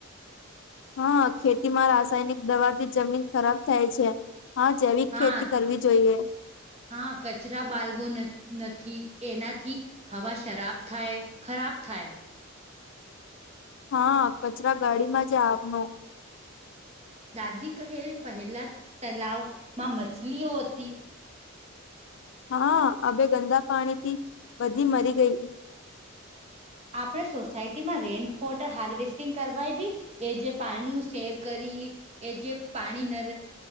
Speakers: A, on the left (about 60°); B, on the right (about 30°).
A: હા ખેતી માં રાસાયણિક દવાથી જમીન ખરાબ થાય છે. હા જૈવિક
B: હા
A: ખેતી કરવી જોઈએ
B: હા કચરા બાલવો નથ નથી એનાથી હવા શરાબ થાય ખરાબ થાય
A: હા કચરા ગાડીમાં જ આપનો
B: દાદી કહે પહેલા તલાાવમાં મછલીઓ હોતી
A: હા અવે ગંદા પાણી થી બધી મરી ગઈ.
B: આપણે સોસાયટી માં રેઇન વોટર હાર્વેસ્ટિંગ કરવાયવી એ જે પાણીનું સેવ કરી એ જે પાણી ન